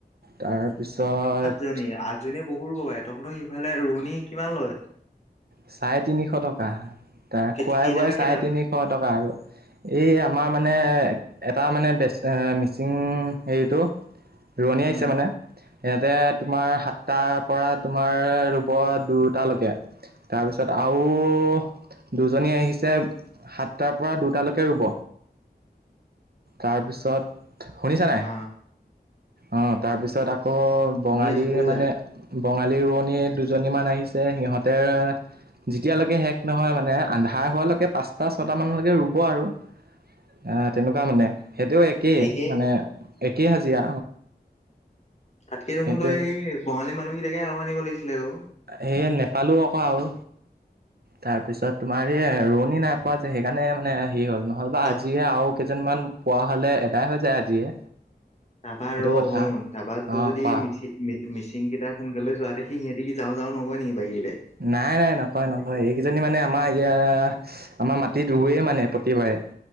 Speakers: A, on the right; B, on the left.
A: তাৰপিছত
B: জনী আঠজনীয়ে বহুত ৰোৱে পাৰে তহঁতৰ সিফালে ৰোৱনী কিমান লয়
A: চাৰে তিনিশ টকা তাৰ
B: কেইটা
A: খোৱাই বোৱাই
B: পা কেইটা
A: চাৰে তিনিশ টকা আৰু এই আমাৰ মানে এটা মানে বেচ মিচিং হেৰিটো ৰোৱণী আহিছে
B: উম
A: মানে ইয়াতে তোমাৰ সাতটাৰ পৰা তোমাৰ ৰোব দুটালৈকে তাৰপিছত আৰু দুজনী আহিছে সাতটাৰ পৰা দুটালৈকে ৰুব তাৰপিছত শুনিছা নাই
B: অ
A: অঁ তাৰপিছত আকৌ
B: শুনি
A: বঙালী
B: আছো কৈ
A: মানে
B: যা
A: বঙালী ৰোৱনী দুজনীমান আহিছে সিহঁতে যেতিয়ালৈকে শেষ নহয় মানে আন্ধাৰ হোৱালৈকে পাঁচটা ছয়টা মানলৈকে ৰুব আৰু আহ তেনেকুৱা মানে সেইটোও একেই
B: একে
A: মানে একেই হাজিৰা
B: তাতকে দেখোন
A: সেইটোৱে
B: তই সেই বঙালী মানুহকেইাকে আৰু আনিব লাগিছিলে আৰু
A: সে নেপালোঁ আকৌ আৰু তাৰপিছত তোমাৰ এই ৰোৱনী নাই পোৱা যায় সেইকাৰণে মানে হেৰি হ'ল নহ'লেবা
B: তা
A: আজিয়ে আৰু কেইজনমান পোৱা হলে এদাই হৈ যায় আজিয়ে
B: তাপা
A: সেইটো
B: ৰ
A: কথা
B: শুন <unintelligible>
A: অঁ
B: যদি
A: কোৱা
B: মিচি মিচিং কেইটা সোনকালে যোৱা দে কি সিহঁতি যাওঁ যাওঁ নকৈ নেকি বাৰীতে
A: নাই নাই নকয় নকয় এইকেইজনী মানে আমাৰ ইয়াৰ আমাৰ মাটিত ৰোৱে মানে প্ৰতিবাৰে